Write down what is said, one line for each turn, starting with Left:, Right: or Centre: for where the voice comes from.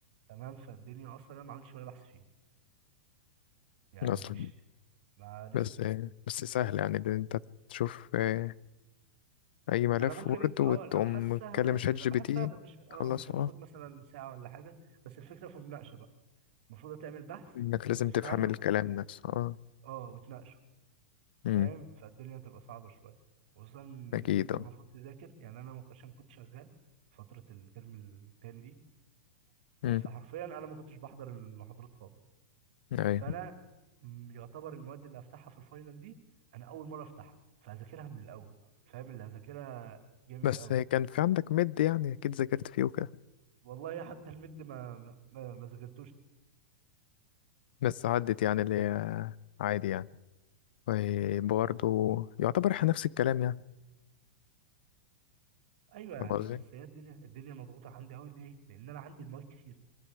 Right: تمام فالدنيا أصلا أنا ما عملتش ولا بحث فيه يعني
Left: اصلا
Right: مش ما لسه
Left: بس بس سهل يعني ان انت تشوف اه، اي ملف
Right: أنا ممكن
Left: وورد
Right: أه
Left: وتقوم
Right: الأبحاث سهلة
Left: تكلم
Right: يعني
Left: شات جي
Right: الأبحاث
Left: بي تي
Right: سهلة مش أه
Left: تخلصه
Right: مش هتاخد
Left: اه
Right: مثلا ساعة ولا حاجة بس الفكرة في المناقشة بقى المفروض تعمل بحث
Left: انك لازم
Right: وتفهمه
Left: تفهم الكلام نفسه اه
Right: أه وتناقشه
Left: مم.
Right: فاهم فالدنيا بتبقى صعبة شوية خصوصا إن
Left: اكيد
Right: أنت
Left: اه
Right: المفروض تذاكر يعني أنا ما كنتش- عشان كنت شغال فترة الترم التاني دي
Left: مم.
Right: فحرفيا أنا ما كنتش بحضر المحاضرات خالص
Left: ايوه
Right: فأنا م- يعتبر المواد اللي هفتحها في الفاينل دي أنا أول مرة أفتحها فهذاكرها من الأول فاهم اللي هذاكرها جامد
Left: بس
Right: أوي
Left: كان في عندك مد يعني أكيد ذاكرت فيه وكده
Right: والله حتى المد ما ما ما ما ذاكرتوش
Left: بس عدت يعني اللي هي عادي يعني وبرضه يعتبر إحنا نفس الكلام يعني
Right: أيوه
Left: فاهم
Right: يعني
Left: قصدي؟
Right: بس هي الدنيا الدنيا مضغوطة عندي أوي ليه؟ لأن أنا عندي المواد كتير